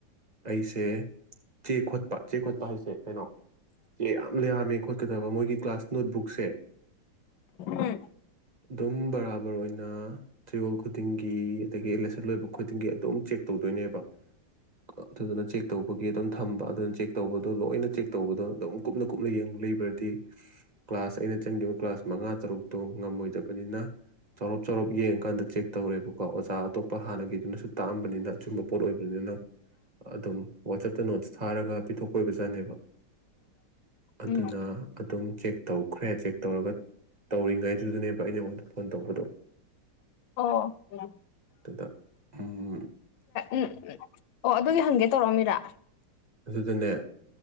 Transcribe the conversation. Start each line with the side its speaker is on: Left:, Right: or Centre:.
Right: ꯑꯩꯁꯦ ꯆꯦ ꯈꯣꯠꯄ ꯄꯠ ꯆ ꯆꯩ ꯈꯣꯠꯄ ꯍꯥꯏꯁꯦ ꯀꯩꯅꯣ ꯑꯦ ꯌꯥꯝ ꯌꯥꯝꯃꯦ ꯈꯣꯠꯀꯗꯕ ꯃꯣꯏꯒꯤ ꯀ꯭ꯂꯥꯁ ꯅꯣꯠꯕꯨꯛꯁꯦ
Left: ꯎꯝ
Right: ꯑꯗꯨꯝ ꯕꯔꯥꯕꯔ ꯑꯣꯏꯅ ꯆꯌꯣꯜ ꯈꯨꯗꯤꯡꯒꯤ ꯑꯗꯒꯤ ꯑꯦꯂꯦꯁꯟ ꯂꯣꯏꯕ ꯈꯨꯗꯤꯡꯒꯤ ꯑꯗꯨꯝ ꯆꯦꯛ ꯇꯧꯗꯣꯏꯅꯦꯕ ꯑꯗꯨꯗꯨꯅ ꯆꯦꯛ ꯇꯧꯕꯒꯤ ꯑꯗꯨꯝ ꯊꯝꯕ ꯑꯗꯨꯅ ꯆꯦꯛ ꯇꯧꯕꯗꯣ ꯂꯣꯏꯅ ꯆꯦꯛ ꯇꯧꯕꯗꯣ ꯑꯗꯨꯝ ꯀꯨꯞꯅ ꯀꯨꯞꯅꯡ ꯂꯩꯕ꯭ꯔꯗꯤ ꯀ꯭ꯂꯥꯁ ꯑꯩꯅ ꯆꯪꯈꯤꯕ ꯀ꯭ꯂꯥꯁ ꯃꯉꯥ ꯇꯔꯨꯛꯇꯣ ꯉꯝꯃꯣꯏꯗꯕꯅꯤꯅ ꯆꯥꯎꯔꯞ ꯆꯥꯎꯔꯞ ꯌꯦꯡ ꯀꯀꯥꯟꯗ ꯆꯦꯛ ꯇꯧꯔꯦꯕꯀꯣ ꯑꯣꯖꯥ ꯑꯇꯣꯞꯄ ꯍꯥꯟꯅꯒꯤꯗꯨꯅꯁꯨ ꯇꯥꯛꯑꯝꯕꯅꯤꯅ ꯑꯆꯨꯝꯕ ꯄꯣꯠ ꯑꯣꯏꯕꯅꯤꯅ ꯑꯗꯨꯝ ꯋꯥꯆꯞꯇ ꯅꯣꯠꯁ ꯊꯥꯔꯒ ꯄꯤꯊꯣꯛꯄ ꯑꯣꯏꯕꯖꯥꯠꯅꯦꯕ ꯑꯗꯨꯅ
Left: ꯎꯝ
Right: ꯑꯗꯨꯝ ꯆꯦꯛ ꯇꯧꯈ꯭ꯔꯦ ꯆꯦꯛ ꯇꯧꯔꯒ ꯇꯧꯔꯤꯉꯩꯗꯨꯗꯨꯅꯦꯕ ꯑꯩꯉꯣꯟꯗ ꯐꯣꯟ ꯇꯧꯕꯗꯣ
Left: ꯑꯣ ꯎꯝ
Right: ꯑꯗ ꯎꯝ
Left: ꯎꯝ ꯎꯝ ꯑꯣ ꯑꯗꯨꯒꯤ ꯍꯪꯒꯦ ꯇꯧꯔꯛꯑꯝꯃꯤꯔꯥ
Right: ꯑꯗꯨꯗꯅꯦ